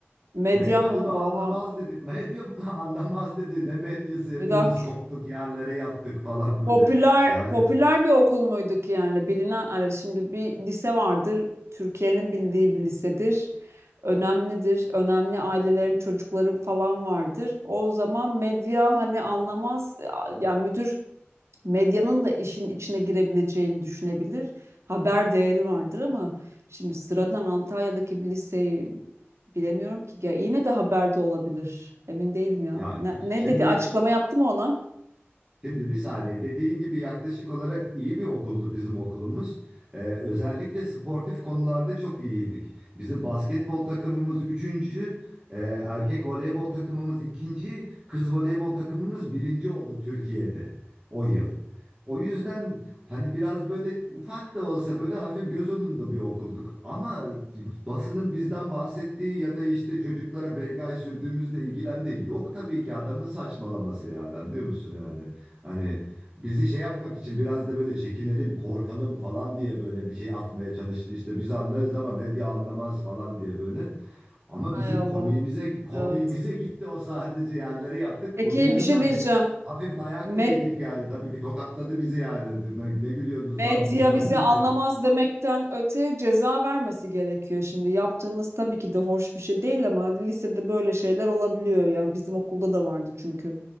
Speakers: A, on the right; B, on the right.
A: Medya
B: Medya
A: mı?
B: bunu
A: Oha.
B: anlamaz dedi. Medya bunu <laughs> anlamaz dedi. Ne medyası hepimiz
A: Bir dakika.
B: koptuk yerlere yattık falan böyle.
A: Popüler
B: Yani
A: popüler bir okul muyduk yani bilinen hani şimdi bir lise vardır Türkiye'nin bildiği bir lisedir önemlidir önemli ailelerin çocukları falan vardır o zaman medya hani anlamaz yani müdür medyanın da işin içine girebileceğini düşünebilir haber değeri vardır ama şimdi sıradan Antalya'daki bir liseyi bilemiyorum ki ya yine de haberde olabilir emin değilim ya
B: ya
A: ne, ne
B: şimdi
A: dedi açıklama yaptı mı ona?
B: Şimdi bir saniye dediğin gibi yaklaşık olarak iyi bir okuldu bizim okulumuz. Ee, özellikle sportif konularda çok iyiydik. Bizim basketbol takımımız üçüncü, e, erkek voleybol takımımız ikinci, kız voleybol takımımız birinci oldu Türkiye'de o yıl. O yüzden hani biraz böyle ufak da olsa böyle hafif göz önünde bir okulduk. Ama basının bizden bahsettiği ya da işte çocuklara bengay sürdüğümüzle ilgilendiği yok tabii ki adamın saçmalaması yani anlıyor musun yani? Hani bizi şey yapmak için biraz da böyle çekinelim, korkalım falan diye böyle bir şey atmaya çalıştı. İşte biz anlarız ama medya anlamaz falan diye böyle. Ama
A: Hay
B: bizim
A: Allah
B: komiğimize komiğimize
A: evet.
B: gitti o sadece yerlere yattık.
A: Peki
B: Onun yüzünden
A: bir şey diyeceğim.
B: bir hafif dayak
A: Med-
B: da yedik yani. Tabii ki tokatladı bizi yani. Ne, ne gülüyorsunuz
A: medya
B: lan <laughs> bilmem
A: bizi
B: ne
A: anlamaz
B: diye.
A: demekten öte ceza vermesi gerekiyor şimdi. Yaptığınız tabii ki de hoş bir şey değil ama lisede böyle şeyler olabiliyor. Yani bizim okulda da vardı çünkü.